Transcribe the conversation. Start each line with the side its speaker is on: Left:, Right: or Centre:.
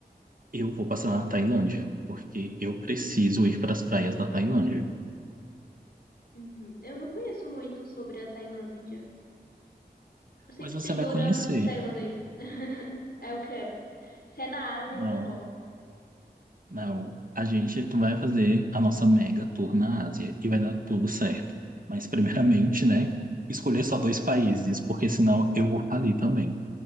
Right: Eu vou passar na Tailândia, porque eu preciso
Left: Hum,
Right: ir para as praias da Tailândia.
Left: uhum. Eu não conheço muito sobre a Tailândia. Eu sei
Right: Mas
Left: que
Right: você
Left: tem
Right: vai
Left: doramas
Right: conhecer.
Left: tailandês. <laughs> Ah, Eu quero. Se é na Ásia,
Right: Não,
Left: eu topo.
Right: não. A gente vai fazer a nossa mega tour na Ásia e vai dar tudo certo. Mas, primeiramente, né, escolher só dois países, porque senão eu vou falir também.